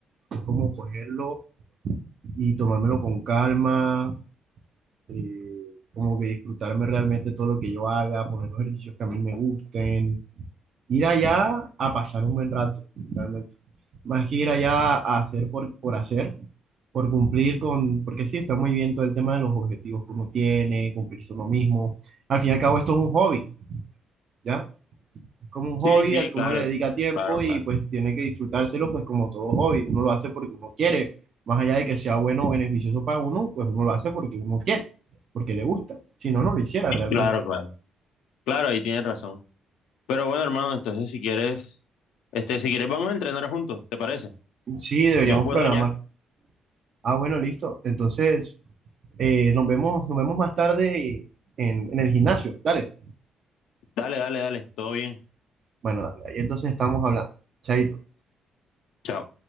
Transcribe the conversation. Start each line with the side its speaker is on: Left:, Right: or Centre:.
Right: es como cogerlo y tomármelo con calma, eh, como que disfrutarme realmente todo lo que yo haga, poner los ejercicios que a mí me gusten, ir allá a pasar un buen rato, realmente. Más que ir allá a hacer por, por hacer, por cumplir con, porque sí, está muy bien todo el tema de los objetivos que uno tiene, cumplirse uno mismo. Al fin y al cabo, esto es un hobby, ¿ya? Es como un
Left: Sí,
Right: hobby
Left: sí,
Right: al que
Left: claro,
Right: uno le dedica tiempo
Left: claro,
Right: y
Left: claro,
Right: pues tiene que disfrutárselo, pues como todo hobby, uno lo hace porque uno quiere. Más allá de que sea bueno o beneficioso para uno, pues uno lo hace porque uno quiere, porque le gusta. Si no, no lo hiciera realmente.
Left: claro, claro, claro, ahí tienes razón. Pero bueno, hermano, entonces si quieres, este, si quieres vamos a entrenar juntos, ¿te parece?
Right: Sí, deberíamos
Left: Yo puedo
Right: programar.
Left: ya.
Right: Ah, bueno, listo. Entonces... eh, nos vemos, nos vemos más tarde en, en el gimnasio. Dale.
Left: Dale, dale, dale, todo bien.
Right: Bueno, dale. Ahí entonces estamos hablando. Chaito.
Left: Chao.